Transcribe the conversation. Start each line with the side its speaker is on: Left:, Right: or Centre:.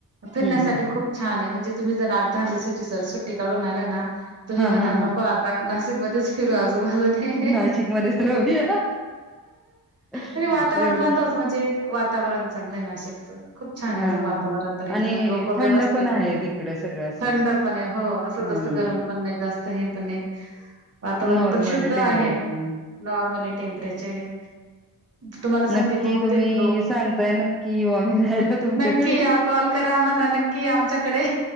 Right: फिरण्यासाठी
Centre: हं हं
Right: खूप
Centre: हं
Right: खूप छान आहे म्हणजे तुम्ही जर आठ दहा दिवसाची सरसट्टी काढून आला ना तुम्ही
Centre: हां
Right: म्हणा
Centre: हां
Right: नको
Centre: हां
Right: आ ता नाशिकमध्येच फिरू आजूबाजूने
Centre: नाशिकमध्येच राहूया एवढंच
Right: आणि वा मुळातच म्हणजे वातावरण चांगलंय नाशिकचं खूप छान
Centre: हां
Right: आहे अजून वातावरण
Centre: हां हां
Right: तर इथलं
Centre: आणि
Right: लोक
Centre: थंड
Right: व्यवस्थित
Centre: पण आहे
Right: आहेत
Centre: तिकडं सगळं असं
Right: थंड पण हो
Centre: हं
Right: जास्त गरम पण नाही जास्त हे पण नाही वातावरण
Centre: नॉर्मली
Right: पण शुद्ध आहे?
Centre: टेम्परेचर
Right: नॉर्मली टेम्परेचर आहे. तुम्हाला सांगते
Centre: नक्की
Right: बहुतेक
Centre: तुम्ही
Right: लोक
Centre: सांगताय नक्की येऊ आम्ही राहायला तुमच्याकडे
Right: नक्की या कॉल करा आ मला न की या? कि आमच्याकडे